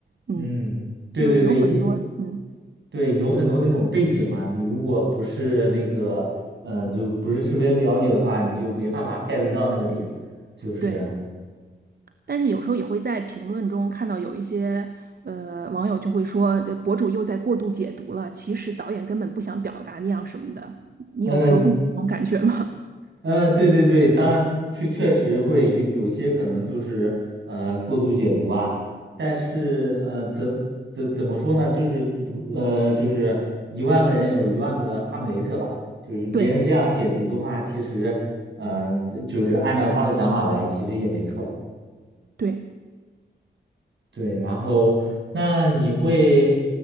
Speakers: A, on the right (about 55°); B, on the right (about 75°).
A: 嗯，
B: 嗯，对对对，
A: 就是有很多嗯
B: 一。对，有很多那种背景嘛，你如果不是那个，呃，就不是特别了解的话，你就没办法 get 到那个点，就是，
A: 对。但是有时候也会在评论中看到有一些呃网友就会说，呃博主又在过度解读了，其实导演根本不想表达那样什么的。你有时候会有这种感觉吗？
B: 嗯、嗯，对对对，当然确确实会有有一些可能就是呃过度解读啊，但是呃怎怎怎么说呢，就是怎么呃就是一万个人有一万个哈姆雷特吧，就是别人这样解读的话，
A: <laughs> 对
B: 其实呃就是按照他的想法来，其实也没错。
A: 对。
B: 对，然后那你会，